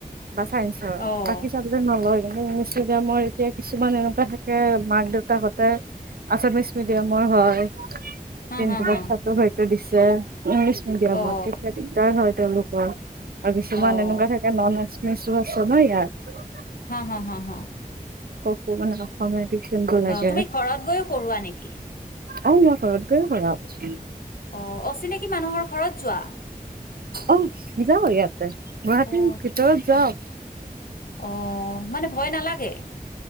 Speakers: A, on the right (about 85°); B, on the left (about 70°).
A: বা চাইঞ্চৰ,
B: অ',
A: বাকী চাবজেক্ট নলয়। ইংলিছ মিডিয়ামৰ এতিয়া কিছুমান এনেকুৱা থাকে, মাক দেউতাহঁতে আছামিছ মিডিয়ামৰ হয়, <unintelligible> <unintelligible> যে
B: হা,
A: ইংলিছ
B: হা, হা,
A: মিডিয়ামত,
B: অ',
A: তেতিয়া দিকদাৰ হয়। তেওঁলোকৰ আৰু কিছুমান
B: অ',
A: এনেকুৱা থাকে ন চনো আছে ইয়াৰ <unintelligible>
B: হা হা হা হা
A: <unintelligible> লাগে
B: ন তুমি ঘৰত গৈও পঢ়োৱা নেকি?
A: অ' মই ঘৰত গৈও পঢ়াও।
B: অঁ, অচিনাকি মানুহৰ ঘৰত যোৱা?
A: অ' যাও ইয়াত। গুৱাহাটীৰ
B: অ',
A: ভিতৰত যাওঁ।
B: অ' মানে ভয় নালাগে?